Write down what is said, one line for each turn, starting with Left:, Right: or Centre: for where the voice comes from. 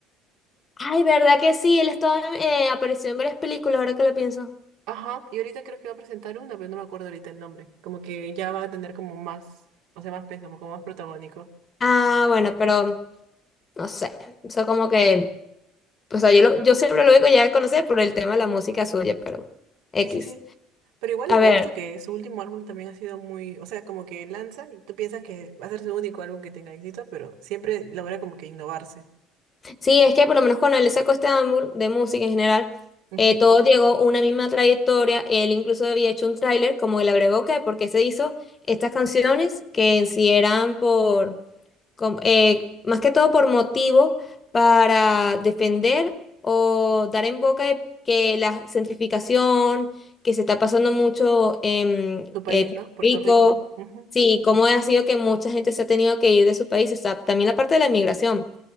Left: Ay, ¿verdad que sí? Él estaba, eh, apareció en varias películas, ahora que lo pienso.
Right: Ajá, y ahorita creo que va a presentar una, pero no me acuerdo ahorita el nombre. Como que ya va a tener como más, o sea, más peso, como más protagónico.
Left: Ah, bueno, pero no sé. Eso como que, o sea, yo, lo- yo siempre lo digo ya a conocer por el tema de la música suya, pero X.
Right: Sí, sí, sí. Pero igual
Left: A
Right: me
Left: ver.
Right: gusta que su último álbum también ha sido muy, o sea, como que lanza y tú piensas que va a ser su único álbum que tenga éxito, pero siempre logra como que innovarse.
Left: Sí, es que por lo menos con él sacó este álbum de música en general,
Right: Ujú.
Left: eh, todo llegó a una misma trayectoria. Él incluso había hecho un tráiler, como él agregó que, porque se hizo estas canciones que en sí eran por, com- eh, más que todo por motivo para defender o dar en boca de que la centrificación que se está pasando mucho en
Right: Tu país,
Left: eh,
Right: ¿no?
Left: Puerto
Right: Puerto
Left: Rico,
Right: Rico. Ujú.
Left: sí, cómo ha sido que mucha gente se ha tenido que ir de su país, o sea, también la parte de la inmigración.